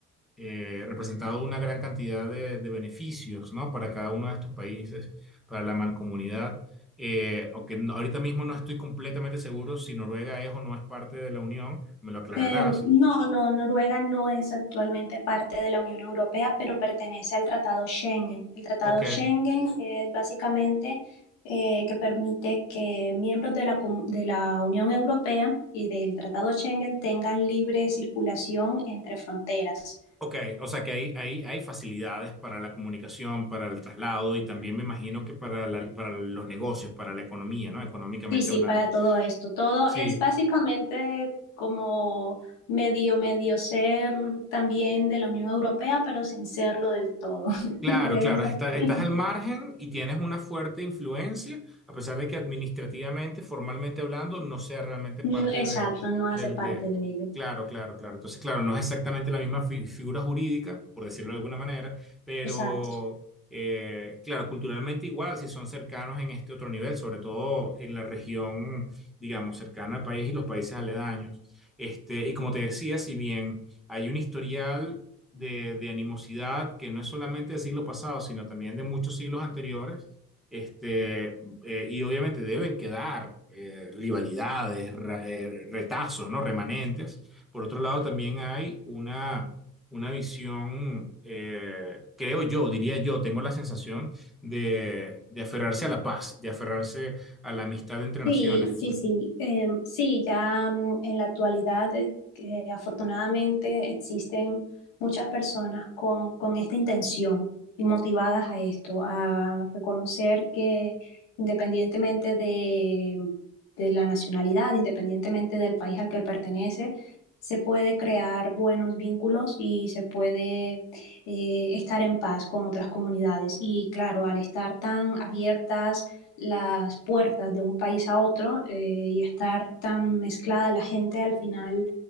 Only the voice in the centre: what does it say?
eh, representado una gran cantidad de, de beneficios, ¿no? Para cada uno de estos países, para la mancomunidad. Eh, aunque no- ahorita mismo no estoy completamente seguro si Noruega es o no es parte de la Unión, me lo aclararás.
Ok,
ok, o sea que hay, hay, hay facilidades para la comunicación, para el traslado y también me imagino que para, la- para los negocios, para la economía, ¿no? Económicamente
hablando.
Sí,
Claro,
claro,
está- estás al margen y tienes una fuerte influencia, a pesar de que administrativamente, formalmente hablando, no sea realmente
parte
de,
del
de...
Claro, claro, claro. Entonces, claro, no es exactamente la misma fi- figura jurídica, por decirlo de alguna manera, pero,
eh, claro, culturalmente igual, si son cercanos en este otro nivel, sobre todo en la región, digamos, cercana al país y los países aledaños. Este, y como te decía, si bien hay un historial de, de animosidad que no es solamente del siglo pasado, sino también de muchos siglos anteriores. Este, eh, y obviamente deben quedar eh, rivalidades, ra- eh, retazos, ¿no? Remanentes. Por otro lado, también hay una, una visión, eh, creo yo, diría yo, tengo la sensación de, de aferrarse a la paz, de aferrarse a la amistad entre
naciones.
Me